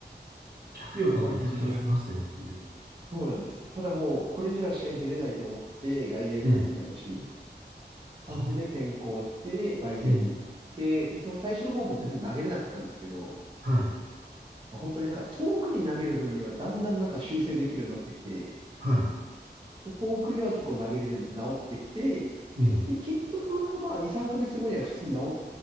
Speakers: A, on the right (about 60°); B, on the right (about 25°).
A: 脚力はめちゃくちゃつきましたよっていう。
B: 感じでやそうなんですよ。ただもう、これじゃ試合出れないと思って、外野行かせてほしい。
A: ねえ。は
B: 感じで転向して、外野に行って、
A: ねえ。
B: で、その最初の方も全然投げれなかったんですけど、
A: はい。
B: まあ、本当になんか遠くに投げる分にはだんだんなんか修正できるようになってきて、
A: はい。
B: 遠くには結構投げれるようになって治ってきて、
A: ねえ。
B: で、結局、まあ2、3ヶ月後には普通に治っ